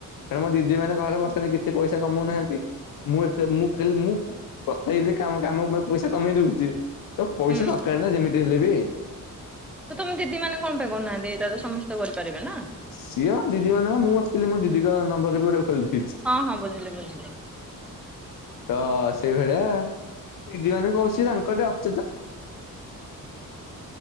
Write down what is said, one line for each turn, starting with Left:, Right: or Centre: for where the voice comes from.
Left: କାରଣ ମୋ ଦିଦି ମାନେ ଘରେ ବସଛନ୍ତୀ କିଛି ପଇସା କମଉନାହାନ୍ତି ମୁଁ ଏ ମୁଁ ମୁଁ କଥା ହେଇ କ କାମକୁ ପଇସା କମେଇ ଦଉଛି, ତ ପଇସା
Centre: ହୁଁ
Left: ଦରକାର ନା ଯେମିତି ହେଲେ ବି।
Centre: ତମେ ଦିଦି ମାନେ କଣ ପାଇଁ କରୁନାହାନ୍ତି ଏଇଟା ତ ସମସ୍ତେ କରିପାରିବେ ନା
Left: ସିଏ ଦିଦି ମେ ହ ମୁଁକ୍ଚୁଆଲି ମୋ ଦିଦିଙ୍କ ନମ୍ବରରେ ବି ଗୋଟେ ଖୋିଲିଛି
Centre: ହଁ ହଁ ବୁଝିଲି ବୁଝିଲି।
Left: ତ ସେଇ ଭଳିଆ। ଦିଦି ମାନେ ତ ସେ ତାଙ୍କର ତାଙ୍କ